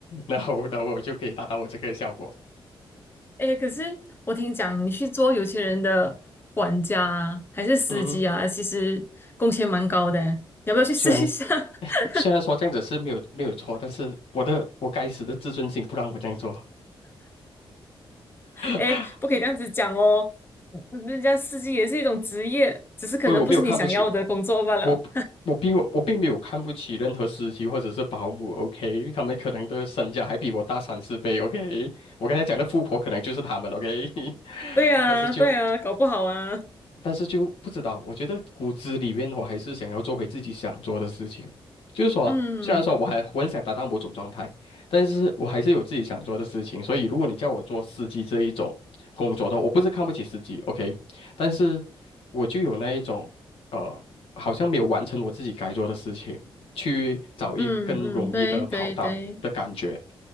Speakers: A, on the left (about 75°); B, on the left (about 25°).
A: 然后，然后我就可以达到我这个效果。
B: 哎，可是我听讲，你去做有钱人的管家啊还是司机啊，
A: 嗯，
B: 其实工钱蛮高的，你要不要去试一下？
A: 虽然
B: <laughs>
A: 虽然说这样子是没有没有错，但是我的我该死的自尊心不让我这样做。<laughs>
B: 哎，不可以这样子讲哦，嗯人家司机也是一种职业，只是可能不是你想要的工作罢了。
A: 我我没有看不起，我不我并我并没有看不起任何司机或者是保姆，OK，他们可能的身价还比我大三四倍，OK，我刚才讲的富婆可能就是他们，OK，<laughs>
B: 对啊，
A: 但是就
B: 对呀，搞不好啊。
A: 但是就不知道，我觉得骨子里面我还是想要做回自己想做的事情。就是说，
B: 嗯
A: 虽然说我还我很想达到某种状态，但是我还是有自己想做的事情。所以，如果你叫我做司机这一种工作的话，我不是看不起司机，OK，但是我就有那一种。呃。好像没有完成我自己该做的事情，去找一个更容易的跑道的感觉。
B: 嗯嗯，对对对，